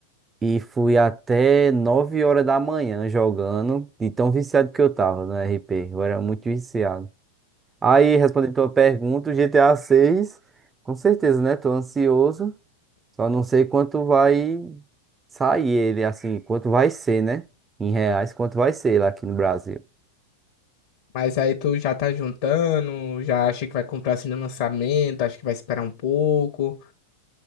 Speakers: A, on the right (about 20°); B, on the left (about 60°).
A: e fui até 9 horas da manhã jogando, de tão viciado que eu tava no RP, eu era muito viciado. Aí, respondendo tua pergunta, o GTA 6, com certeza, né? Tô ansioso, só não sei quanto vai sair ele, assim, quanto vai ser, né? Em reais, quanto vai ser lá aqui no Brasil.
B: Mas aí tu já tá juntando, já acha que vai comprar assim no lançamento, acha que vai esperar um pouco.